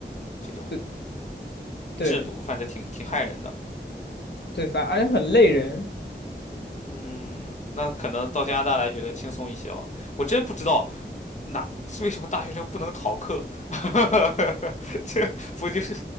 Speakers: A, on the left (about 40°); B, on the left (about 70°).
A: 这种。
B: 对对
A: 制度，反正挺挺害人的。
B: 对，反而且很累人，
A: 嗯，那可能到加拿大来觉得轻松一些了。我真不知道哪为什么大学生不能逃课，<laughs> 这不就是